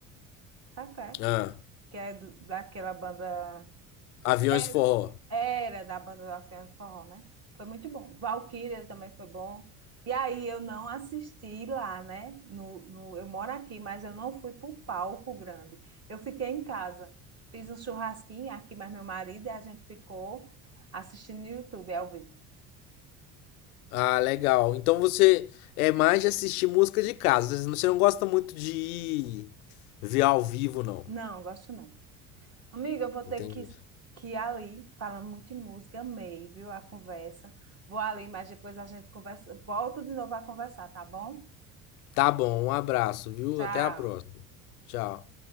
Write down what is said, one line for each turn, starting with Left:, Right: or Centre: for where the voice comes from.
Right: Sabe qual é?
Left: Ah,
Right: Que é do- daquela banda.
Left: Aviões
Right: Era,
Left: do Forró.
Right: era da banda da Fianna Forró, né? Foi muito bom. Valquírias também foi bom. E aí eu não assisti lá, né? No, no, eu moro aqui, mas eu não fui para o palco grande. Eu fiquei em casa. Fiz um churrasquinho aqui, mas meu marido e a gente ficou assistindo no YouTube ao vivo.
Left: Ah, legal. Então você é mais de assistir música de casa, você não gosta muito de ir ver ao vivo, não.
Right: Não, gosto não. Amiga, eu vou ter
Left: Entendi.
Right: que, que ir ali, falando muito de música, amei, viu, a conversa. Vou ali, mas depois a gente conversa, volta de novo a conversar, tá bom?
Left: Tá bom, um abraço, viu?
Right: Tchau.
Left: Até a próxima. Tchau.